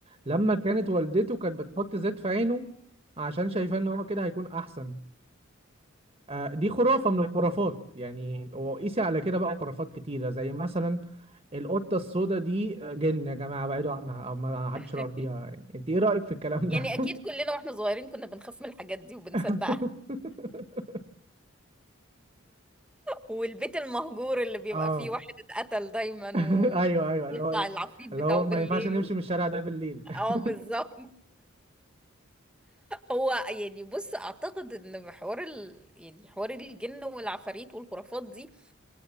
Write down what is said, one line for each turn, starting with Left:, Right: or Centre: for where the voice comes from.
Right: لما كانت والدته كانت بتحط زيت في عينه عشان شايفاه ان هو كده هيكون احسن آه، دي خرافة من الخرافات يعني وقيسي على كده بقى خرافات كتيرة زي مثلا القطة السوداء دي آه، جن يا جماعة بعيدوا عنها أو ما حدش
Centre: <laughs>
Right: يربيها يعني أنت إيه رأيك في الكلام ده؟
Centre: يعني اكيد كلنا واحنا صغيرين كنا بنخاف من الحاجات دي وبنصدقها
Right: <laughs>
Centre: والبيت المهجور اللي بيبقى
Right: آه
Centre: فيه واحد اتقتل دايما
Right: <laughs> أيوه أيوه اللي
Centre: ويطلع
Right: هو إيه؟
Centre: العفريت
Right: اللي
Centre: بتاعه
Right: هو
Centre: بالليل
Right: ما ينفعش نمشي
Centre: و-
Right: من الشارع ده بالليل <laughs>
Centre: اه بالظبط هو يعني بص اعتقد ان حوار ال... يعني حوار الجن والعفاريت والخرافات دي